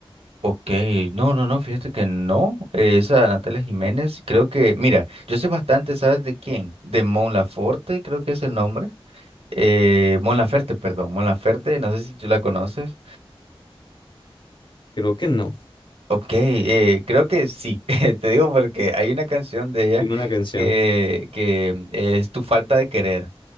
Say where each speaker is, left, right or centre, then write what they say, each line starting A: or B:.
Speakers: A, on the right (about 90°); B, on the left (about 55°).
A: Ok, no, no, no, fíjate que no, eh, esa Natalia Jiménez, creo que, mira, yo sé bastante, ¿sabes de quién? De Mon Laferte, creo que es el nombre, eh, Mon Laferte, perdón, Mon Laferte, no sé si tú la conoces,
B: Creo que no.
A: ok, eh, creo que sí, <laughs> te digo porque hay una canción de ella
B: Dime una canción.
A: que, que es Tu falta de querer,